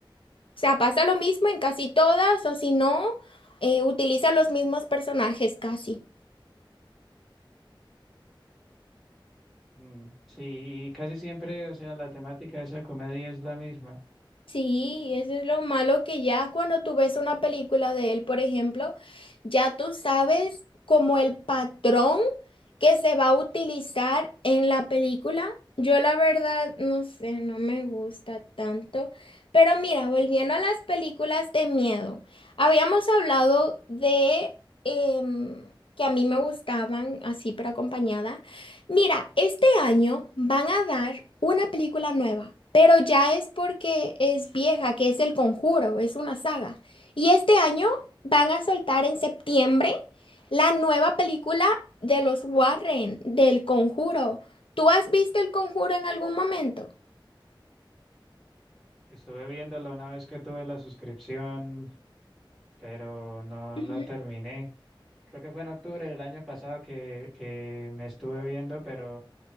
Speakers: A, on the left; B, in the centre.
A: O sea, pasa lo mismo en casi todas, o si no, eh, utiliza los mismos personajes casi.
B: mm, sí, y casi siempre, o sea, la temática de esa comedia es la misma.
A: Sí, eso es lo malo que ya cuando tú ves una película de él, por ejemplo, ya tú sabes como el patrón que se va a utilizar en la película. Yo la verdad, no sé, no me gusta tanto. Pero mira, volviendo a las películas de miedo, habíamos hablado de em, que a mí me gustaban así, pero acompañada. Mira, este año van a dar una película nueva, pero ya es porque es vieja, que es El Conjuro, es una saga. Y este año van a soltar en septiembre la nueva película de los Warren, del Conjuro. ¿Tú has visto El Conjuro en algún momento?
B: Estuve viéndola una vez que tuve la suscripción, pero no
A: Ujú.
B: la terminé. Creo que fue en octubre del año pasado que, que me estuve viendo, pero